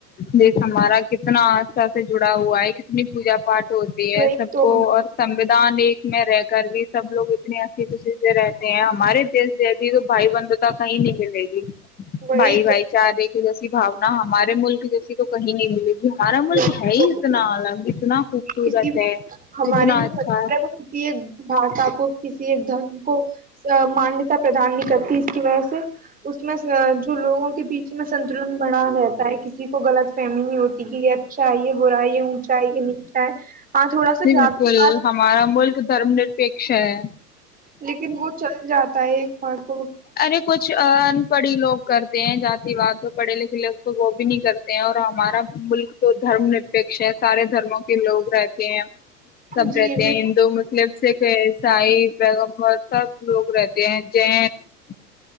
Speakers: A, on the left; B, on the right.
A: دیش ہمارا کتنا سک جڑاؤ ہوا ہے کتنی پوجا پاٹھ ہوتی ہے
B: وہی
A: سب
B: تو
A: کو
B: وہی
A: اور سودان ایک میں رہ کر بھی سب لو اتنی ہسی خوشی سے رہتے ہیں ہم ہمارے دیش دیسی تو بھائی بندتا کہیں نہیں ملے گی
B: وہی
A: بھائی بھائی چارے جیسی باونا ہمارے ملک جیسی تو کہیں نہیں ملے گی ہمارا ملک
B: یا
A: ہے ہی
B: تو
A: اتنا الگ اتنا خوبصورت
B: کسی بھی
A: ہے
B: ہماری
A: اتنا
B: <unintelligible>
A: اچھا ہے۔
B: بھاشا کو ک <unintelligible> ایک دھرم کو مانتا پردان نہیں کرتی اس کی وجہ سے اس میں جو لوگوں کے بیچ میں بنا رہتا ہے کسی <unintelligible> غط فہمی نہیں ہوتی کہ یہ اچھا ہے یہ برا ہے یہ اونچا ہے یہ نیچا ہے ہاں تھوڑا سا
A: جی
B: جاتی
A: بالکل
B: پات
A: ہمارا ملک دھرم پشا <unintelligible>
B: لیکن وہ چل جاتا <unintelligible> ت پ <unintelligible>
A: ارے کچھ ان پڑھی لوگ کرتے ہیں جات واد <unintelligible> تو پڑے لکھے لےگ تو وہ بھی نہیں کرتے اور ہمارا بھی ملک تو دھرم نرپیھ ہے سارے دھرموں کے لوگ رہتے ہیں سب
B: جی
A: رہتے ہیں ہندو مسلم سائی بیگمبد <unintelligible> سب لوگ رہتے ہیں ج <inaudible>